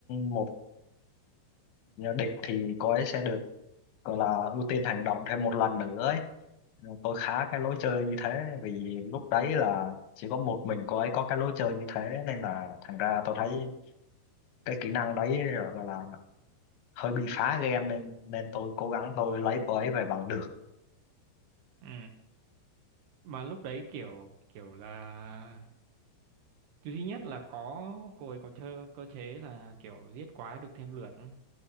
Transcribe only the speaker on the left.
một địch thì cô ấy sẽ được gọi là ưu tiên hành động thêm một lần nữa ấy Ờ, tôi khá cái lối chơi như thế vì lúc đấy là chỉ có một mình cô ấy có cái lối chơi như thế nên là thành ra tôi thấy cái kỹ năng đấy là- gọi là hơi bị phá game nên nên tôi cố gắng tôi lấy cô ấy về bằng được